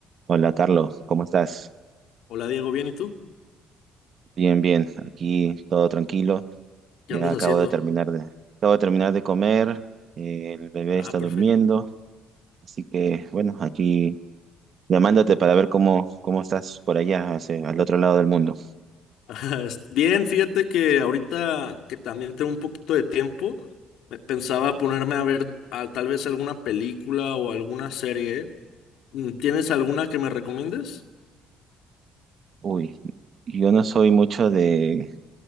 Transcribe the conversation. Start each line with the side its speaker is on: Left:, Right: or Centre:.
Right: Hola Carlos, ¿cómo estás?
Left: Hola Diego, bien, ¿y tú?
Right: Bien, bien, aquí todo tranquilo.
Left: ¿Qué
Right: Ya
Left: andas
Right: acabo
Left: haciendo?
Right: de terminar de, acabo de terminar de comer, eh, el bebé
Left: Ah,
Right: está
Left: perfecto.
Right: durmiendo, así que bueno, aquí llamándote para ver cómo, cómo estás por allá, hacia- al otro lado del mundo.
Left: <laughs> Est- Bien, fíjate que ahorita que también tengo un poquito de tiempo, me pensaba ponerme a ver ah, tal vez alguna película o alguna serie. Mm, ¿Tienes alguna que me recomiendes?
Right: Uy, yo no soy mucho de,